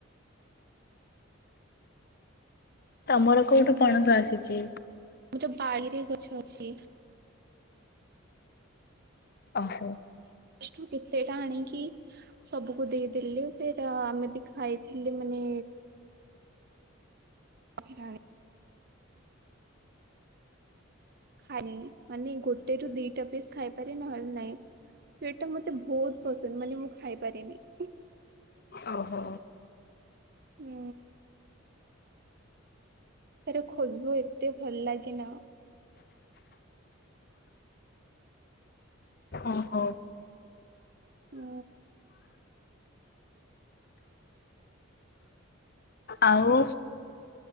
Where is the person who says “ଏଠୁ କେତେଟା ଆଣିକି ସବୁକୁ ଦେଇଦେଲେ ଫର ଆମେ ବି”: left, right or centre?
Right